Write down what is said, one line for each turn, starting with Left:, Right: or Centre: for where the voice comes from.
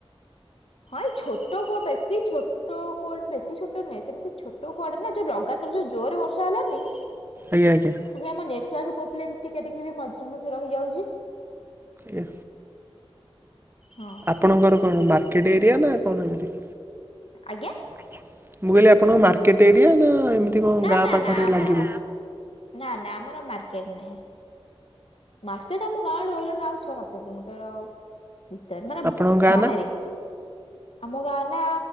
Left: ହଁ ଏ ଛୋଟ କୁ ବେଶୀ ଛୋଟ ତୋ କୁଆଡେ ବେଶୀ ଛୋଟ ନୁହେଁ ସେମିତି ଛୋଟ କୁଆଡେ ନା ଯୋଉ ଲଗାତାର ଯୋଉ ଜୋରେ ବର୍ଷା ହେଲାନି
Right: ଆଜ୍ଞା ଆଜ୍ଞା।
Left: ଆଜି ଆମ ନେଟୱାର୍କ ପ୍ରୋବ୍ଲେମ୍ ଟିକେ ଟିକେ ବି ମଝିରେ ମଝିରେ ରହିଯାଉଛି।
Right: ଏଆ
Left: ହଁ
Right: ଆପଣଙ୍କର କଣ ମାର୍କେଟ୍ ଏରିଆ ନା କଣ ଏମିତି
Left: ଆଜ୍ଞା
Right: <inaudible> ମୁଁ କହିଲି ଆପଣ ମାର୍କେଟ ଏରିଆ ନା ଏମିତି କଣ
Left: ନା
Right: ଗାଁ
Left: ନା
Right: ପାଖରେ
Left: ନା ଆମର
Right: ଲାଗି
Left: ନା ନା ଆମର ମାର୍କେଟ ନାଇଁ। ମାର୍କେଟ ଆମ ଗାଁ ଆଡୁ ରହିଲାଣି ଆଉ ଛଅ ସାତ କିଲୋମିଟର ଭିତର ମାନେ
Right: ଆପଣଙ୍କ ଗାଁ
Left: ବାହାରେ।
Right: ନା
Left: ଆମ ଗାଁ ନା